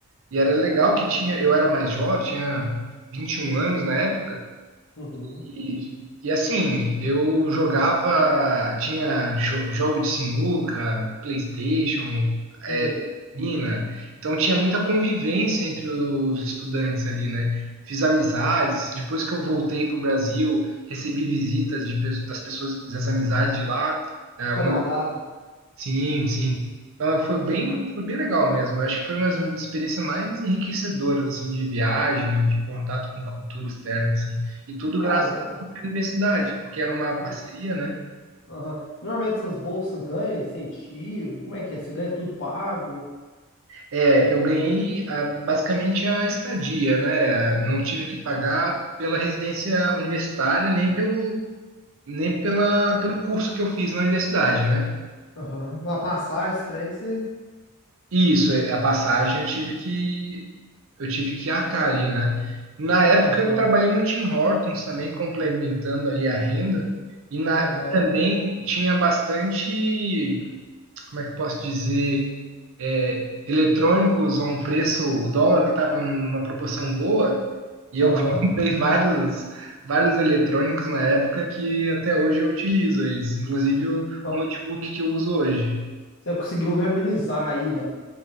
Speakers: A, on the right (about 65°); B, on the left (about 60°).
A: E era legal
B: uhum,
A: que tinha, eu era mais jovem, tinha 21 anos na época,
B: uhum.
A: e, e assim, eu jogava, tinha jo- jogo de sinuca, PlayStation,
B: Sei.
A: Argentina. Então tinha muita convivência entre os estudantes ali, né? Fiz amizades. Depois que eu voltei para o Brasil, recebi visitas de, pe- das pessoas, das amizades de lá. É,
B: Canadá,
A: uma-
B: né?
A: Sim, sim. Então, foi bem, foi bem legal mesmo. Eu acho que foi uma das experiências mais enriquecedoras assim de viagem,
B: Nossa,
A: de contato com cultura externa, assim. E tudo
B: caramba.
A: graças à universidade, porque era uma
B: Hum,
A: parceria, né?
B: Aham. Normalmente essas bolsas ganham incentivo. Como é que é? Você ganha tudo pago?
A: É, eu ganhei a- basicamente a estadia, né? Não tive que pagar pela residência universitária, nem pelo, nem pela, pelo curso que eu fiz na universidade, né?
B: Aham. Uma passagem, esse trem, você.
A: E isso, é, a passagem eu tive que, eu tive que arcar ali, né? Na época
B: Aham.
A: eu trabalhei no Tim Hortons também, complementando ali a renda, e na,
B: Aham.
A: também tinha bastante. como é que eu posso dizer, é, eletrônicos a um preço, o dólar estava numa proporção boa, e eu
B: Aham.
A: <laughs> comprei vários, vários eletrônicos na época que até hoje eu utilizo eles, inclusive o
B: Então,
A: notebook que eu uso hoje.
B: você conseguiu viabilizar a ida.